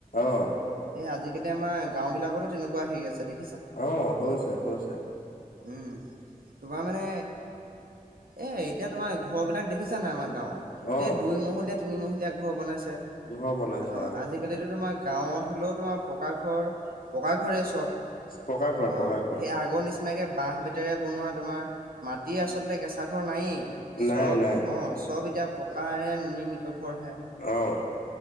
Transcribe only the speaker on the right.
এ আজিকালি আমাৰ গাঁও বিলাকতো তেনেকুৱা হেৰি আছে দেই
উম, তোমাৰ মানে এ এতিয়া তোমাৰ ঘৰ বিলাক দেখিছা নাই আমাৰ গাঁৱত, গোটেই
দুই মহহলীয়া তিনিমহলীয়া ঘৰ বনাইছে।
অ আজিকালিতো তোমাৰ গাঁৱত হলেও তোমাৰ পকা ঘৰ পকা ঘৰে চব।
অ'
খেইয়া আগৰ নিচিনাকে বাঁহ বেতেৰে বনোৱা তোমাৰ মাটি আচলতে কেঁচা ঘৰ নায়েই
চব
অ' চব এতিয়া পকাৰে নিৰ্মিত ঘৰ হে।